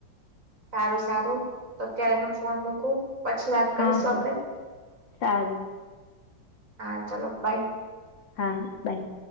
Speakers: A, on the right (about 40°); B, on the left (about 75°).
A: સારું સારું તો અત્યારે તો ફોન મૂકુ પછી વાત. કરીશું
B: હા હા
A: આપડે
B: સારું
A: હા ચલો બાય.
B: હા બાય.